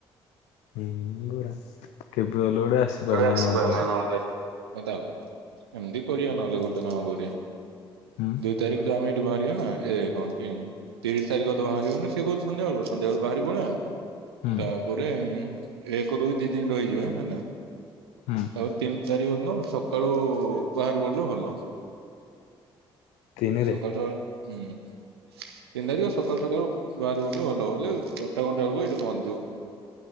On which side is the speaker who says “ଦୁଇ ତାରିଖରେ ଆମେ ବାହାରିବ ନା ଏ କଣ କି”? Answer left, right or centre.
Right